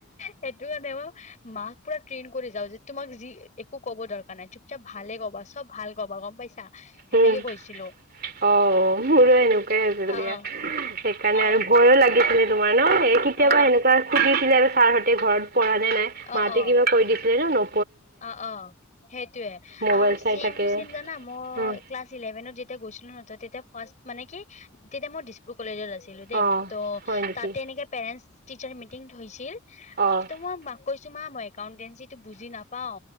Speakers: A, on the left; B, on the right.
A: সেইটো কাৰণে মই মাক পুৰা ত্ৰেণ কৰি যাও যে তোমাক যি একো কব দৰকাৰ নাই চব ভালে ক'বা চব ভাল কবা গম পাইছা সেনেকে
B: ইমান
A: কৈছিলো
B: অ মোৰো এনেকোৱাই হৈছিল
A: অ
B: দিয়া
A: অ
B: সেইকাৰণে
A: অ
B: আৰু ভয়ো লাগিছিলে তোমাৰ ন এ কেতিয়াবা
A: অ
B: এনেকোৱা সুধিছিলে আৰু ছাৰ হ তে ঘৰত পঢ়া নে নাই
A: অ
B: মাহতি
A: অ
B: কিবা কৈ দিছিলে ন ন
A: অ অ সেইটোয়ে
B: মোবাইল
A: আৰু
B: চাই
A: চেইম
B: থাকে।
A: টু চেইম জানা মই অ
B: উম,
A: ক্লাছ ইলেভেনট যেতিয়া গৈছিলো নহয় তেতিয়া ফাৰ্ষ্ট মানে কি তেতিয়া মোৰ ডি ডিব্ৰু কলেজত আছিলো দেই
B: অ',
A: ত
B: হয় নেকি?
A: তাতে পেৰেণ্টছ টিচাৰ মিটিং থৈছিল
B: অ',
A: ত মই মাক কৈছো মা মই একাউন্টেঞ্চিটো বুজি নাপাও